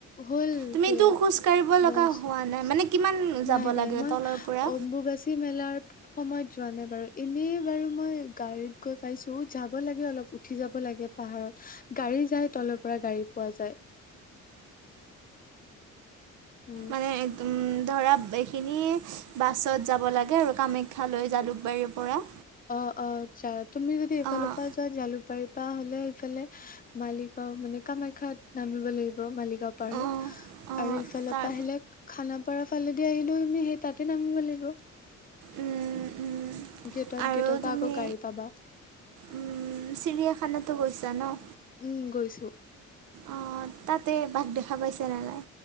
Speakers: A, on the left; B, on the right.
A: হ'ল
B: তুমিতো
A: কে
B: খোজ কঢ়িব লগা
A: বছ
B: হোৱা নাই মানে। কিমান যাব
A: নাই নাই
B: লাগে
A: মই
B: তলৰ পৰা?
A: অম্বুবাচী মেলাৰ। সময়ত যোৱা নাই বাৰু এনেই বাৰু মই গাড়ীত গৈ পাইছো যাব লাগে অলপ উঠি যাব লাগে। পাহাৰত গাড়ী যায় তলৰ পৰা গাড়ী পোৱা যায়। উম।
B: মানে একদম। ধৰা এইখিনি বাছত যাব লাগে আৰু কামাখ্যালৈ জালুকবাৰীৰ পৰা।
A: অ অ আচ্ছা তুমি যদি এইফালৰ
B: অ',
A: পৰা যোৱা জালুকবাৰী। পা হলে সফালে মালিগাঁও মানে কামাখ্যাত নামিব লাগিব মালিগাঁও পাৰ হৈ।
B: অ', অ',
A: আৰু ইফালৰ
B: তাৰ
A: পৰা আহিলে খানাপাৰা ফালেদি আহিলেও তুমি সেই তাতে নামিব লাগিব।
B: উম, উম।
A: গেটত
B: আৰু
A: গেটৰ পৰা
B: তুমি
A: আকৌ গাড়ী পাবা।
B: উম, চিৰিয়াখানাতো গৈছা ন।
A: উম গৈছোঁ।
B: অ তাতে বাঘ দেখা পাইছে নে নাই।